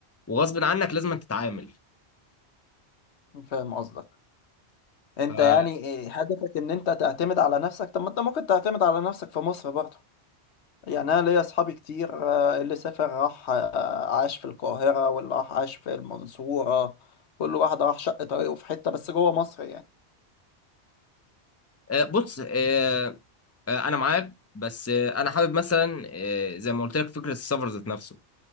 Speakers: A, on the left; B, on the left.
A: وغصب عنك لازم تتعامل
B: فاهم قصدك انت
A: ف-
B: يعني إيه هدفك ان انت تعتمد على نفسك طب ما انت ممكن تعتمد على نفسك في مصر برضه يعني انا ليا اصحابي كتير آه، اللي سافر راح آه، عاش في القاهرة واللي راح عاش في المنصورة كل واحد راح شق طريقه في حتة بس جوه مصر يعني
A: آه، بص آه، آه، أنا معاك بس آه، أنا حابب مثلا آه، زي ما قلت لك فكرة السفر ذات نفسه